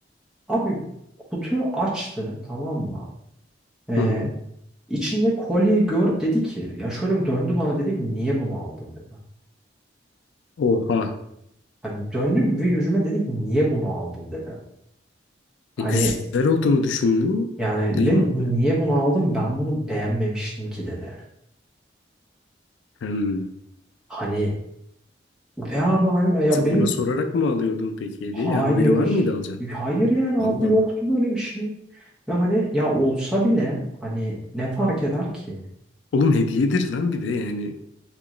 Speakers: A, in the centre; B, on the left (about 80°).
A: Abi kutuyu açtı. Tamam mı? Ee,
B: Hı hı.
A: içinde kolyeyi gör dedi ki. Ya şöyle bir döndü bana dedi ki niye bunu aldın dedi.
B: Oha.
A: Hani döndü ve yüzüme dedi ki niye bunu aldın dedi. Hani
B: E, güzel olduğunu düşündüm.
A: yani
B: Değil
A: ve
B: mi?
A: niye bunu aldım ben bunu beğenmemiştim ki dedi.
B: Hmm.
A: Hani ve abi hani ya
B: Sen ona
A: benim
B: sorarak mı alıyordun peki hediye?
A: Hayır.
B: Ya, haberi var mıydı alacağım?
A: Hayır yani
B: Allah
A: abi yoktu
B: Allah.
A: böyle bir şey. Ve hani ya olsa bile hani ne fark eder ki?
B: Oğlum hediyedir lan bir de yani.